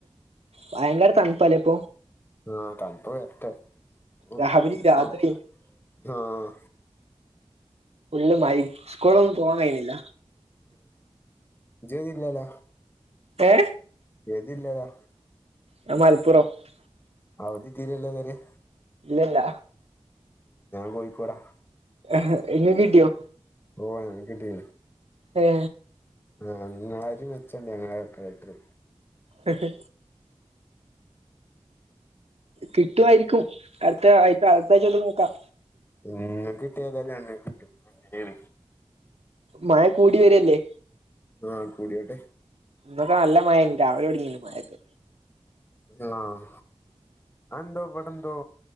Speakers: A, on the right (about 65°); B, on the left (about 20°).
A: ഭയങ്കര തണുപ്പാല്ലേ ഇപ്പോ.
B: ആഹ് തണുപ്പ് വരട്ടെ. ഹ്
A: രാവിലെ
B: തണുപ്പാണ്.
A: രാത്രി
B: ആഹ്
A: ഫുള്ള് മയിമ് സ്കൂൾളെന്നും പോവാൻ കഴിണില്ല.
B: ഇജ്ജ് വരില്ലാല.
A: ഏ
B: യെത് ജില്ലയില്ല! !!!!!!!!!
A: ഞാൻ മലപ്പുറം. !!!!!!!!!!
B: അവധി കിട്ടിയില്ലല്ലോ ഇത് വരേം
A: ഇല്ല ഇല്ല.
B: ഞാൻ കോയിക്കോടാ. !!!!!!!!!!
A: എഹ് ഇങ്ങക്ക് കിട്ടിയോ?
B: ഓ ഞങ്ങക്ക് കിട്ടി.
A: ഹെ
B: ആ നിങ്ങരീം മേച്ചോണ്ട് ഞങ്ങടെ കളക്ടറ്
A: ഹെ ഹെ കിട്ടുവായിരിക്കും. അടുത്ത ആയിച്ച അടുത്ത ആഴ്ച്ച തൊട്ട് നോക്കാം.
B: നിങ്ങക്ക് കിട്ടിയതാ ഞങ്ങക്ക് കിട്ടും. അങ്ങനെയാണ്.
A: മഴ കൂടി വരല്ലേ.
B: ആ കൂടിട്ടെ.
A: ഇന്നൊക്കെ നല്ല മഴയായിരുന്നു. രാവിലെ തൊടങ്ങീ മഴയൊക്കെ.
B: ആഹ അഹ് ന്ധോ ഇവിടെന്ധോ